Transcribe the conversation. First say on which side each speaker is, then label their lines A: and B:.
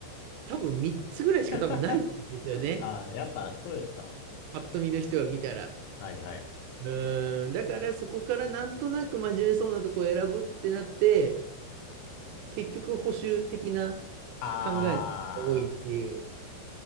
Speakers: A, on the right (about 80°); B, on the left (about 85°).
A: 多分3つぐらいしか多分ないんですよね。
B: <laughs> あー、やっぱそうですか
A: パッと見の人は見たら。
B: はいはい。
A: うーん。だからそこからなんとなく真面目そうなとこを選ぶってなって、結局保守的な
B: あ
A: 人が多いっていう。